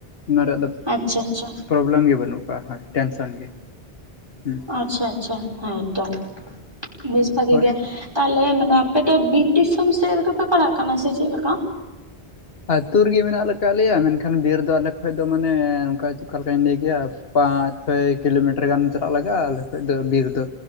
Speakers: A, on the left; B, on the right.
A: ᱚᱱᱟ ᱨᱮᱭᱟᱜ ᱫᱚ
B: ᱟᱪᱪᱷᱟ
A: ᱯᱨᱳᱵᱞᱮᱢ ᱜᱮ ᱵᱟᱹᱱᱩᱜ ᱟᱠᱟᱜᱼᱟ ᱦᱟᱭ ᱴᱮᱱᱥᱮᱱ ᱜᱮ᱾ ᱦᱩᱸ
B: ᱟᱪᱪᱷᱟ ᱟᱪᱪᱷᱟ ᱦᱮᱸᱛᱚ, ᱵᱮᱥ ᱵᱷᱟᱜᱮ
A: ᱦᱳᱭ
B: ᱜᱮ᱾ ᱛᱟᱦᱚᱞᱮ ᱢᱟᱱᱮ ᱟᱯᱮ ᱫᱚ ᱵᱤᱨ ᱫᱤᱥᱚᱢ ᱥᱮᱫ ᱨᱮᱜᱮ ᱯᱮ ᱯᱟᱲᱟᱜ ᱠᱟᱱᱟ ᱥᱮ ᱪᱮᱫ ᱞᱮᱠᱟ?
A: ᱟᱹᱛᱩ ᱨᱮᱜᱮ ᱢᱮᱱᱟᱜ ᱞᱮ ᱟᱠᱟᱫ ᱞᱮᱭᱟ ᱢᱮᱱᱠᱷᱟᱱ ᱵᱤᱨ ᱫᱚ ᱟᱞᱮ ᱠᱷᱚᱡ ᱫᱚ ᱢᱟᱱᱮ ᱚᱱᱠᱟ ᱚᱠᱟ ᱞᱮᱠᱟᱧ ᱞᱟᱹᱭ ᱠᱮᱭᱟ ᱯᱟᱸᱪ ᱪᱷᱚᱭ ᱠᱤᱞᱳᱢᱤᱴᱟᱨ ᱜᱟᱱ ᱪᱟᱞᱟᱜ ᱞᱟᱜᱟᱜᱼᱟ ᱟᱞᱮ ᱠᱷᱚᱡ ᱫᱚ ᱵᱤᱨ ᱫᱚ